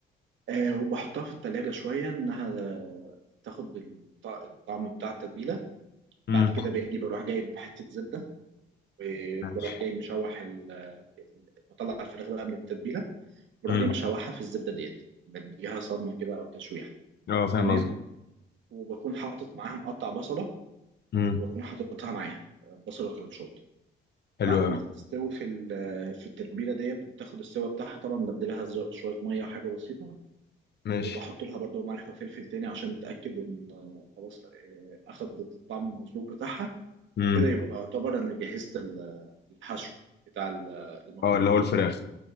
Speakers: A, on the right; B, on the left.
A: آه وبحطها في التلاجة شوية إنها آه، تاخد الط- الطعم بتاع التتبيلة
B: امم
A: بعد كده باجي بروح جايب حتة زبدة وبروح
B: ماشي
A: جاي مشوح ال- ال- بطلع الفراخ بقى من التتبيلة بروح
B: امم
A: جاي مشوحها في الزبدة ديت بديها صدمة كده أو تشويح
B: اه فاهم
A: تمام
B: قصدي
A: وبكون حاطط معاها مقطع بصلة
B: امم
A: وبكون حاططها معاها آه، بصلة كرنشات
B: حلو
A: بعد
B: قوي
A: ما تستوي في ال- في التتبيله ديت وبتاخد السوا بتاعها طبعا ببدلها ز- شويه ميه وحاجه بسيطه
B: ماشي
A: وبحط لها برضو ملح وفلفل تاني عشان اتاكد ان آه، خلاص آه، اخدت الطعم المظبوط بتاعها
B: امم
A: كده يبقى بعتبر ان جهزت ال- الحشو بتاع ال- المكرونه
B: اه اللي هو الفراخ